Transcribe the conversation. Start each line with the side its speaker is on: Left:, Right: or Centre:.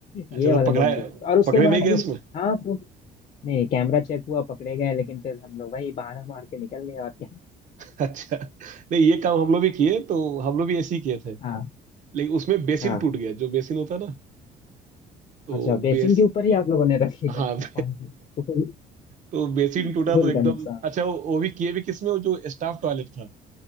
Right: अच्छा
Left: ये
Right: तो
Left: वाला
Right: पकड़ा
Left: मेमोरी बहुत और उसके
Right: पकड़े
Left: बाद
Right: नहीं गए
Left: भी
Right: उसमें
Left: हाँ तो नहीं नहीं कैमरा चेक हुआ पकड़े गए लेकिन फिर हम लोग वही बहाना मार के निकल गए और क्या
Right: <laughs> अच्छा नहीं ये काम हम लोग भी किए तो हम लोग भी ऐसे ही किए थे
Left: हाँ
Right: लेकिन उसमें बेसिन
Left: हाँ
Right: टूट गया जो बेसिन होता है ना तो
Left: अच्छा बेसिन
Right: बेस
Left: के ऊपर ही आप लोगों ने रखी कर
Right: हाँ
Left: दी
Right: <laughs>
Left: कौन सी स्कूल
Right: तो बेसिन टूटा
Left: स्कूल
Right: तो एकदम
Left: का नुकसान
Right: अच्छा वो, वो भी किए भी किसमें वो जो स्टाफ टॉयलेट था